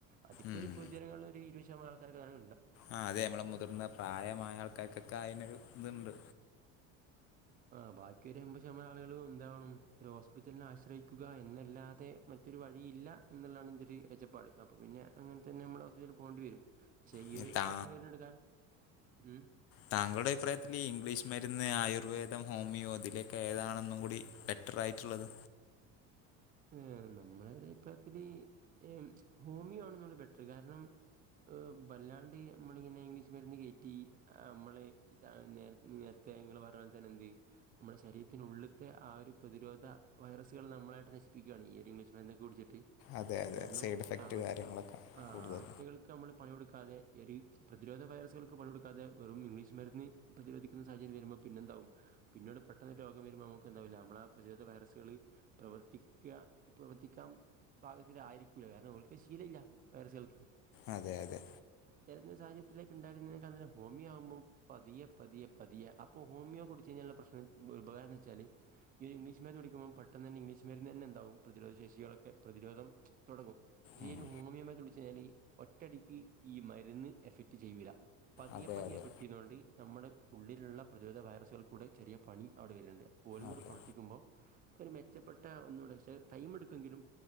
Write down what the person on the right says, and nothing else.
അതിപ്പോ
ഒരു പൊതുജനങ്ങളിൽ ഒരു ഇരുപത് ശതമാനം ആൾക്കാർക്ക് അത്
ആ ബാക്കി ഒരു എൺമ്പത് ശതമാനം ആളുകളും എന്താവണം ഒരു ഹോസ്പിറ്റലിനെ ആശ്രയിക്കുക എന്നല്ലാതെ മറ്റ് ഒരു വഴിയില്ല എന്നുള്ളതാണ് എന്റെ ഒരു കഴച്ചപ്പാട് അപ്പൊ പിന്നെ അങ്ങനെ തന്നെ നമ്മള് ഹോസ്പിറ്റലിൽ പോകണ്ടി വരും പക്ഷെ ഈ
ഒരു
പ്രശ്നം ഏറ്റെടുക്കാൻ ഉം
ഉം നമ്മള ഒരു അഭിപ്രായത്തില് ഈ ഹോമിയോ ആണെന്ന് തോനുന്നു ബെറ്റർ കാരണം ഹ് ബല്ലാണ്ട് നമ്മള് ഇങ്ങനെ ഇംഗ്ലീഷ് മരുന്ന് കയറ്റി നമ്മളെ ഇതാണ് ഇങ്ങള് പറഞ്ഞപോലെ തന്നെ എന്ത് നമ്മുടെ ശരീരത്തിനുള്ളിത്തെ ആ ഒരു പ്രതിരോധ വൈറസുകൾ നമ്മളായിട്ട് നശി പിക്കാണ്ഈ ഒരു ഇംഗ്ലീഷ് മര്ന്ന് ഒക്കെ കുടിച്ചിട്ട്
കാരണം
അവ
ആ
അവറ്റകൾക്ക് നമ്മള് പണി കൊടുക്കാതെ ഒരു പ്രതിരോധ വൈറസുകൾക്ക് പണി കൊടുക്കാതെ വെറും ഇംഗ്ലീഷ് മരുന്ന് പ്രതിരോധിക്കുന്ന സാഹചര്യം വരുമ്പോ പിന്നെന്താവും പിന്നീട് പെട്ടെന്ന് രോഗം വരുമ്പോൾ നമുക്ക് എന്താവില്ല നമ്മള ആ പ്രതിരോധ വൈറസുകള് പ്രവർത്തി ക്കാ പ്രവർത്തിക്കാൻ പാകത്തിലായിരിക്കൂല്ല കാരണം ഓല് ക്ക് ശീല ഇല്ല വൈറസുകൾക്ക്
തരുന്ന സാഹചര്യത്തിലേക്ക് ഉണ്ടാക്കുന്നതിനക്ക ഹോമിയോ ആകുമ്പം പതിയ പതിയെ പതിയ അപ്പോ ഹോമിയോ കുടിച്ച് കഴി ഞ്ഞാൽ പ്രശ്നം ഉപകാരം എന്ന് വെച്ചാല് ഇംഗ്ലിഷ് മര്ന്ന് കുടിക്കുമ്പം പെട്ടെന്ന് തന്നെ ഇംഗ്ലീഷ് മര്ന്ന് ഇ തന്നെ എന്താവും പ്രതിരോധശേഷികളൊക്കെ പ്രതിരോധം തുടങ്ങും പക്ഷെ
ഈ ഒരു ഹോമിയോ മരുന്ന് കുടിച് കഴിഞ്ഞാല് ഒറ്റടിക്ക് ഈ മരുന്ന് എഫക്റ്റ് ചെയ്യൂല്ല പതിയെ
പതിയെ
എഫക്ട് ചെയ്യുന്നതൊണ്ട് നമ്മുടെ ഉള്ളിലുള്ള പ്രതിരോധ വൈറസുകൾ കൂടെ ചെറിയ പണി അവിടെ വരുന്നുണ്ട് പോലും കൂടെ
പ്രവർത്തിക്കുമ്പോൾ ഒരു മെച്ചപ്പെട്ട ഒന്നുകൂടെ പക്ഷേ ടൈമ് എടുക്കുമെങ്കിലും